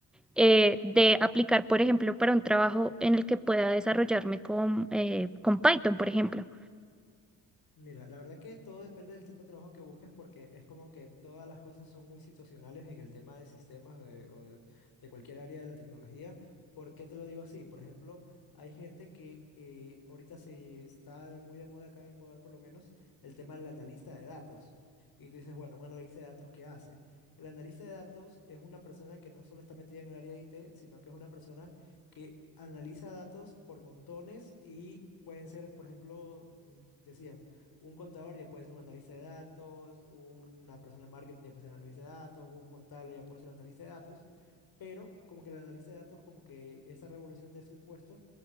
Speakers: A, in the centre; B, on the left (about 55°).
A: eh, de aplicar, por ejemplo, para un trabajo en el que pueda desarrollarme con, eh, con Python, por ejemplo.
B: Mira, la verdad que todo depende del tipo de trabajo que busques porque es como que todas las cosas son muy situacionales en el tema de sistemas eh, o de, de cualquier área de la tecnología. ¿Por qué te lo digo así? Por ejemplo, hay gente que eh, ahorita se está de- muy de moda acá en Ecuador por lo menos el tema del analista de datos. Y tú dices, bueno, un analista de datos, ¿qué hace? El analista de datos es una persona que no solo está metida en el área de IT, sino que es una persona que analiza datos por montones y pueden ser, por ejemplo, mm, decían, un contador ya puede ser un analista de datos, una persona de marketing ya puede ser analista de datos, un contable ya puede ser analista de datos, pero como que el analista de datos, como que esa revolución de ese puesto